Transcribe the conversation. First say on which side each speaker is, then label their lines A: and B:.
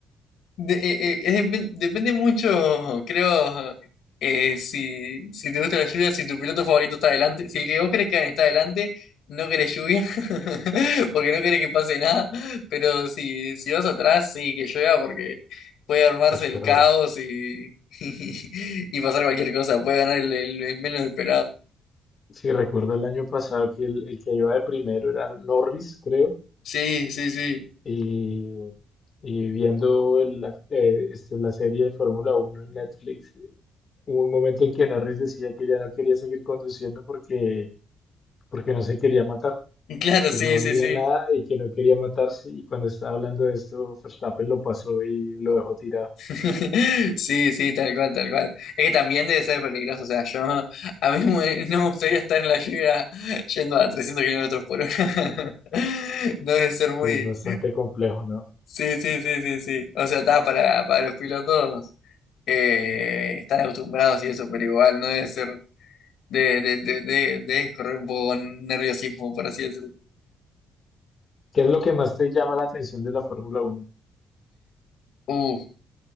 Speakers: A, on the left; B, on the left.
A: De- eh, eh, es depen- depende mucho, creo, eh, si, si te gusta la lluvia, si tu piloto favorito está adelante, si el que vos crees que gane está adelante, no querés lluvia, <laughs> porque no querés que pase nada, pero si, si vas atrás, sí, que llueva, porque puede armarse
B: Qué chueva.
A: el caos y, <laughs> y, pasar cualquier cosa, puede ganar el, el- el menos esperado.
B: Sí, recuerdo el año pasado que el, el que iba de primero era Norris, creo.
A: Sí, sí, sí,
B: Y, y viendo el- la, eh, este, la serie de Fórmula Uno en Netflix, hubo un momento en que Norris decía que ya no quería seguir conduciendo porque, porque no se quería matar.
A: claro,
B: que
A: sí,
B: no
A: sí,
B: veía
A: sí.
B: nada y que no quería matarse. Y cuando estaba hablando de esto, Verstappen lo pasó y lo dejó tirado.
A: <laughs> Sí, sí, tal cual, tal cual. Es que también debe ser peligroso, o sea, yo a mí me- <laughs> no me gustaría estar en la lluvia yendo a 300 kilómetros por hora. <laughs> No debe ser muy...
B: Sí, es bastante complejo, ¿no?
A: Sí, sí, sí, sí, sí. O sea, está para, para los pilotos eh, están acostumbrados y eso, pero igual no debe ser de, de, de, de, de correr un poco con nerviosismo, por así decirlo.
B: ¿Qué es lo que más te llama la atención de la Fórmula Uno?
A: Uh,